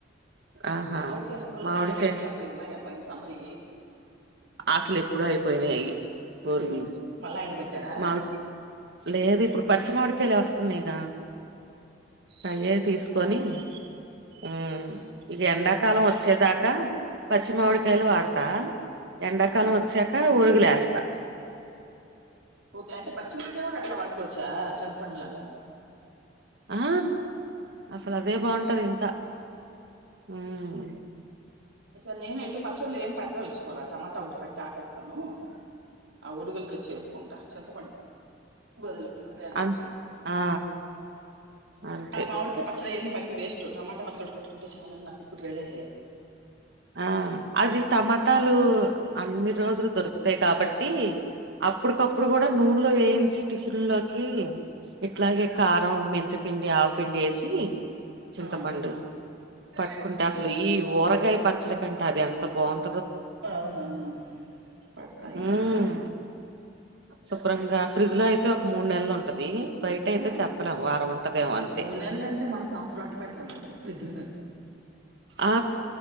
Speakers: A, on the right (about 65°); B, on the right (about 85°).
A: ఆహా
B: మామిడికాయ ముక్కలు
A: మామిడికాయ
B: ఎండ వెట్నిి అప్పుడు ఉన్నా ఎయా పైైన సమ్మరి
A: అసలు ఎప్పుడో అయిపోయినాయ్ అయి పోరుగులు
B: మళ్ళా ఎండబెట్టారా
A: మావి లేదు ఇప్పుడు పచ్చిమవిడికి లే వస్తున్నాయ్ గా అయ్యే తీసుకొని
B: ఉహు
A: హుమ్
B: ఉమ్
A: ఇగ ఎండాకాలం వచ్చేదాకా పశ్చిమవిడికాయలు
B: ఉమ్.
A: వాడుత ఎండాకాలం
B: ఆ
A: వచ్చాక వోరుగులేస్తా
B: ఓకే అంటే పశ్చిమడికాయ కూడా అట్లా వాడుకోవచ్చా చింత పండులాగా
A: ఆ అసలు
B: నాకు
A: అదే
B: తెలియదులే
A: బాగుంటది ఇంకా మ్
B: ఇసారి నేను ఎట్టు పచ్చలేం పట్టదలుచుకోల టమాట ఒకటి పట్టి ఆపెత్తాను ఆ ఓరుగులుతో చేసుకుంట చింతపండ్ బదులు అదే అనిపిచ్చింది
A: అంతే ఆ అంతే
B: ఆ మావిడికాయ్ అయన్ని పట్టి వేస్టు టమాట రసం ఓటి పట్టుకుంటే చాలని నాకు ఇప్పుడు రీలైజ్ అయ్యా
A: ఆ అది టమాటాలూ అన్ని రోజులు దొరుకుతాయి కాబట్టి అప్పుడుకప్పుడు గూడ నూన్ ట్లో వేయించి టిఫిన్ లోకీ ఇట్లాగే కారం మెంతుపిండి ఆవుపిండి ఏసీ చింతపండు
B: ఆ
A: పట్టుకుంటే అసలు ఈ ఊరగాయ్ పచ్చడి కంటే అది ఎంత బావ్
B: అవునా అ పెడుతా
A: ఉమ్
B: ఈసారి
A: శుభ్రంగా ఫ్రిడ్జ్లో అయితే ఒక మూడ్ నెళ్ళు ఉంటది బయట
B: అహా
A: అయితే చెప్పలేం వారం ఉంటదేమో అంతే
B: అది మూడు నెలలు అంటే మనం సంవత్సరం వట్ పెడతాం గదన్ని ఫ్రిడ్జ్లహ
A: ఆ